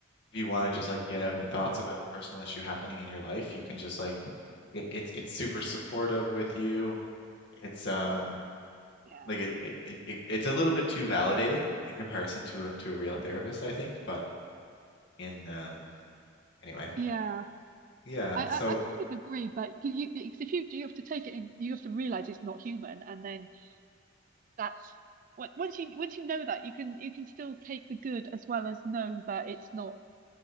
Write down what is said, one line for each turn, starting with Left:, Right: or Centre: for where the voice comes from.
Left: If you want to just like get out your thoughts about a personal issue happening in your life, you can just like it, it's it's super supportive with you. It's um
Right: Yeah,
Left: like it, it it it- it's a little bit too validating in comparison to a to a real therapist, I think. But in um anyway,
Right: yeah.
Left: yeah.
Right: I, I,
Left: So
Right: I kind of agree, but because you, because if you you have to take it in, you have to realize it's not human, and then that's what once you once you know that you can you can still take the good as well as know that it's not